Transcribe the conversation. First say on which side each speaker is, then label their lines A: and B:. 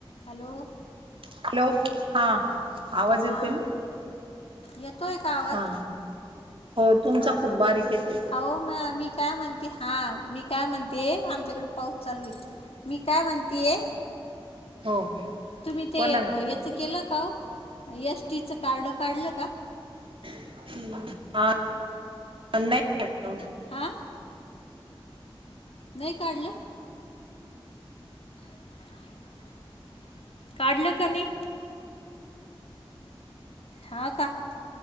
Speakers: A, on the left (about 85°); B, on the right (about 65°).
A: हॅलो.
B: हॅलो हा आवाज
A: हां
B: येते ना.
A: येतोय का आवाज
B: हा हो तुमचा
A: हा
B: खूप बारीक येतोय
A: हो म मी काय म्हणते, हा मी काय म्हणतेय आमच्याकडे पाऊस चालू आहे मी काय म्हणते?
B: हो.
A: तुम्ही ते
B: बोला ना
A: याच केलं का हो एस टीचं कार्ड काढलं का?
B: ह न का
A: हा नाही काढलं ह. काढलं का नाही? हा का.